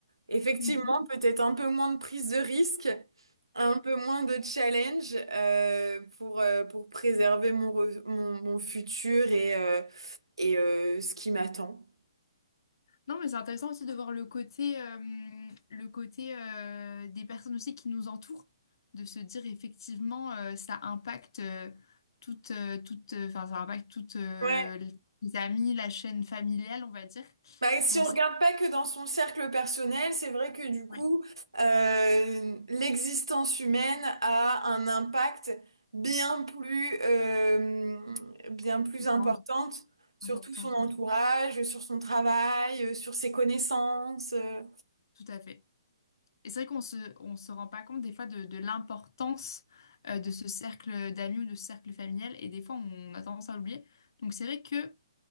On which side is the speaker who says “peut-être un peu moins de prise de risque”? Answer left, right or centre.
Right